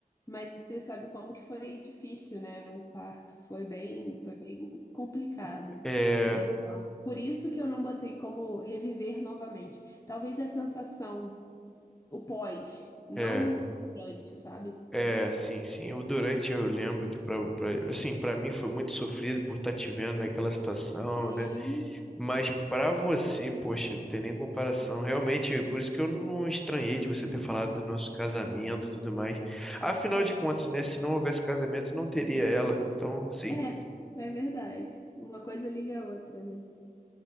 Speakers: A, on the left; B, in the centre.
A: Mas você sabe como que foi difícil, né? O parto foi bem, foi bem complicado.
B: É,
A: Então, por isso que eu não botei como reviver novamente. Talvez a sensação. O pós, não
B: é.
A: durante, sabe?
B: É, sim, sim. O durante eu lembro que para assim, para mim foi muito sofrido por estar te vendo naquela situação,
A: Sim,
B: né? Mas pra você, poxa, não tem nem comparação. Realmente, por isso que eu não estranhei de você ter falado do nosso casamento e tudo mais. Afinal de contas, né? Se não houvesse casamento, não teria ela. Então, sim,
A: É, é verdade. Uma coisa liga a outra, né?